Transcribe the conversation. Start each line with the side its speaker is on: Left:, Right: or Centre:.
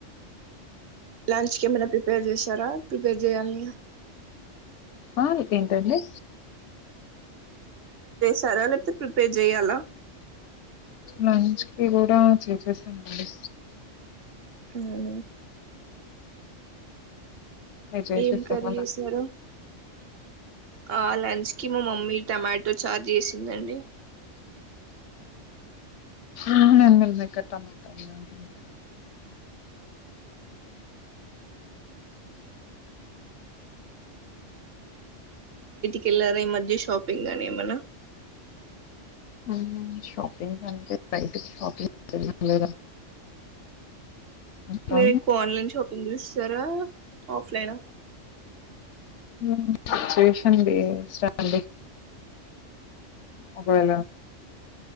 Right: లంచ్ కేమైనా ప్రీపే పేర్ చేశారా ప్రిపేర్ చేయాల్న్నిగ
Left: హా ఏంటండీ
Right: సరా లేకపోతే ప్రిపేర్ చెయ్యాలా
Left: లంచ్ కి కూడా చేసేసానండి.
Right: అవునా
Left: మీరు చేసేసారా
Right: ఏం కర్రీ చేసారు.
Left: లంచ్
Right: ఆ లంచ్కి మ మమ్మీ టమాటో ఛార్ చేసిందండి.
Left: అవునా మీ మమ్మీ కాడా టమాటా ఉందా అండి.
Right: కెల్లారా ఈ మధ్య షాపింగానీ ఏమైనా
Left: మ్మ్ షాపింగ్ అంటే బయటికి షాపింగ్ <inaudible> ఇంకా
Right: మీకు ఆన్లైన్ షాపింగ్ చేస్ స్తారా ఆఫ్ లైనా
Left: ఊ చేషండి. <unintelligible> ఒకవేళ